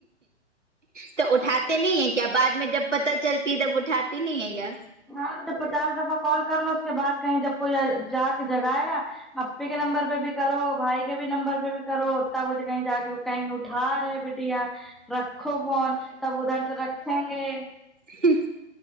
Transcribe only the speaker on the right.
تو اٹھاتے نہیں ہیں کیا بعد میں جب پتا چلتی تب اٹھاتی نہیں ہے کیا
ہ